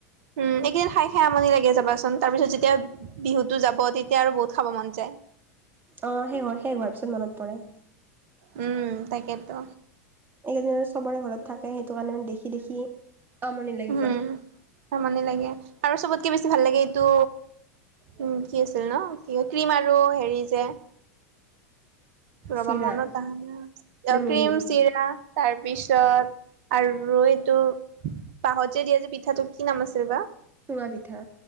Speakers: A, on the right (about 55°); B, on the right (about 25°).
A: উম এইকেইদিন খাই খাই আমনি লাগে যাবচোন তাৰপিছত যেতিয়া বিহুতটো যাব তেতিয়া আৰু বহুত খাব মন যায়
B: অ শেষ হ শেষ হোৱাৰ পিছত মনত পৰে
A: উম তাকেইেতো
B: এইকেইদিন আৰু চবৰে ঘৰত থাকে সেইটো কাৰণে দেখি দেখি আমনি লাগি
A: উম
B: যায়
A: আমনিলাগে আৰু চবতকে বেছি ভাল লাগে এইটো উম কি আছিল ন কি ক্ৰীম আৰু হেৰি যে ৰবা
B: চিৰা
A: মনত আহানা
B: নে মুড়ি
A: ক্ৰীম চিৰা তাৰপিছত আৰু এইটো বাহঁতে দিয়া যে পিঠাটো কি নাম আছিল বা
B: চুঙা পিঠা